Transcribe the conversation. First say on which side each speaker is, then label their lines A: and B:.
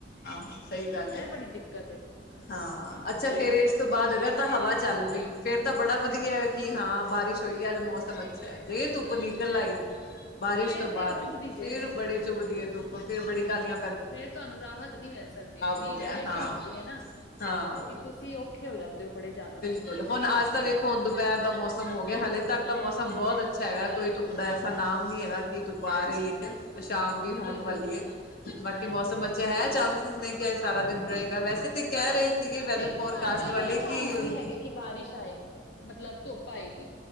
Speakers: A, on the left; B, on the left.
A: ਆਹੋ! ਸਹੀ ਗੱਲ ਹੈ।
B: ਇਹ ਬੜੀ ਦਿੱਕਤ ਹੈ
A: ਹਾਂ, ਅੱਛਾ
B: ਤੇ
A: ਫੇਰ ਇਸ ਤੋਂ ਬਾਅਦ ਅਗਰ ਤਾਂ ਹਵਾ ਚੱਲ ਪਈ, ਫੇਰ ਤਾਂ ਬੜਾ
B: ਹਮ
A: ਵਧੀਆ। ਕਿਹਾਂ ਬਾਰਿਸ਼ ਹੋਈ ਹੈ, ਅੱਜ ਮੌਸਮ ਅੱਛਾ ਹੈ। ਜੇ ਧੁੱਪ ਨਿਕਲ ਆਾਈ ਬਾਰਿਸ਼
B: ਫੇਰ
A: ਤੋਂ ਬਾਅਦ,
B: ਤੇ ਉਹ ਚੁੱਭਦੀ ਜੇ
A: ਫਰ ਬੜੀ ਚੁਭਦੀ ਹੈ ਧੁੱਪ, ਫੇਰ ਬੜੀ ਕਾਹਾਲੀਆਂ
B: ਫੇਰ ਤੁਹਾਨੂੰ ਰਾਹਤ ਨਹੀਂ ਮਿਲ ਸਕਦੀ। ਇੰਨੀ
A: ਹੋ
B: ਇਰੀਟੇਸ਼ਨ
A: ਗਿਆ ਹਾਂ
B: ਹੁੰਦੀ ਹੈਨਾ।
A: ਹਾਂ
B: ਕੀ ਤੁਸੀ ਔਖੇ ਹੋ ਜਾਦੇ ਹੋ ਬੜੇ ਜਿਆਦਾ।
A: ਬਿਲਕੁਲ ਅੱਜ ਤਾਂ ਵਖੋੁਣ ਦੁਪਹਿਰ ਦਾ ਮੌਸਮ ਹੋ ਗਿਆ ਹਾਲੇ ਤੱਕ ਤਾਂ ਮੌਸਮ ਬਹੁਤ ਅੱਛਾ ਹੈਗਾ। ਕੋਈ ਧੂਪ ਐਸਾ ਨਾਮ ਨੀ ਹੈਗਾ, ਕਿ ਤੂੰ ਪਾ ਰਹੀ ਹੈ। ਸ਼ਾਮ ਦੀ ਹੋਣ-
B: ਬਿਲਕੁਲ
A: ਵਾਲੀਏ।
B: ਬਿਲਕੁਲ
A: ਬਾਕੀ ਮੌਸਮ ਅੱਛੇ ਹੈ, ਚਾਂਸਿਸ ਨੇ 'ਕਿ ਇਹ ਸਾਰਾ ਦਿਨ ਰਹੇਗਾ, ਵੈਸੇ ਤਾਂ ਕਹਿ ਰਹੇ ਵੈਦਰ
B: ਨਹੀਂ
A: ਫੋਰਕਾਸਟ
B: ਸਾਡੇ
A: ਵਾਲ਼ੇ
B: ਕੋਈ
A: ਕਿ
B: ਚਾਂਸ ਨਹੀਂ ਹੈਗੇ ਕਿ ਬਾਰਿਸ਼ ਆਏਂਗੀ, ਮਤਲਬ ਧੁੱਪ ਆਏਗੀ।